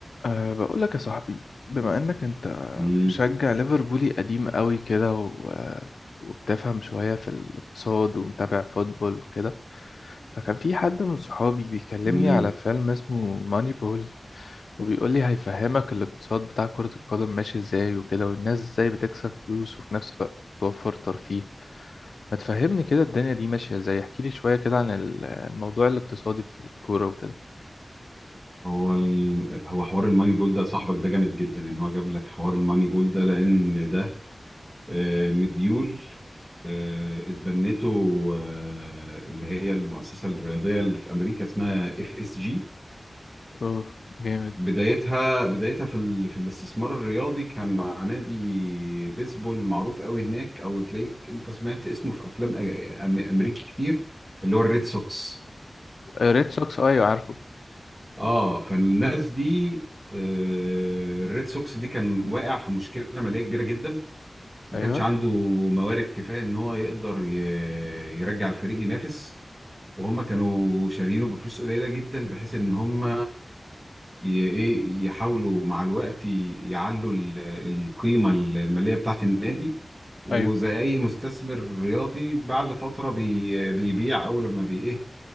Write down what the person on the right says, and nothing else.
مم.
مم.
هو ال... هو حوار الماني بول ده صاحبك ده جامد جدا ان هو جاب لك حوار الماني بول ده لان ده آه، مديول آه، اتبنته آه، اللي هي المؤسسه الرياضيه اللي في امريكا اسمها اف اس جي
بدايتها بدايتها في ال... في الاستثمار الرياضي كان مع نادي بيسبول معروف قوي هناك او تلاقيك انت سمعت اسمه في افلام أ- أم- امريكي كتير اللي هو الريد سوكس
اه فالناس دي آه، الريد سوكس دي كان واقع في مشكله ماليه كبيره جدا ما
كانش عنده موارد كفايه ان هو يقدر ي- يرجع الفريق ينافس وهم كانوا شاريينه بفلوس قليله جدا بحيث ان هم ي- ايه يحاولوا مع الوقت ي- يعلوا ال- القيمه الماليه بتاعه النادي وزي
اي مستثمر رياضي بعد فتره بي- بيبيع او لما بي ايه